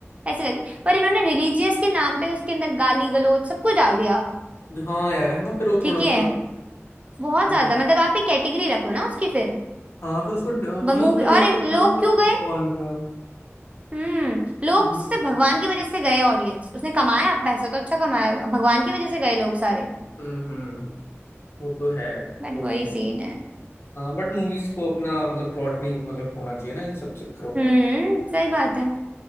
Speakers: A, on the right; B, on the left.
A: ऐसे करके पर इन्होंने रिलीजियस के नाम पे उसके अंदर गाली गलौज सब कुछ डाल दिया
B: हाँ यार है ना फिर वो
A: ठीक
B: थोड़ा
A: है
B: सा
A: बहुत
B: हम्म
A: ज्यादा मतलब आप एक कैटेगरी रखो ना उसकी फिर
B: हाँ फिर उसको ड- मतलब
A: मूवी
B: उसमें याद
A: और
B: तो
A: इन-
B: नाम
A: लोग
B: मत
A: क्यों
B: रखो
A: गए
B: भगवान का
A: हम्म लोग
B: हाँ,
A: सिर्फ भगवान की वजह से गए ऑडियंस उसने कमाया पैसा तो अच्छा कमाया भगवान की वजह से गए लोग सारे
B: हम्म हम्म वो तो है
A: बट
B: कोई
A: वही
B: नहीं
A: सीन है
B: बट मूवीज को अपना मतलब प्लॉट नहीं मतलब खोना चाहिए ना इन सब चक्करों
A: हम्म
B: में
A: सही बात है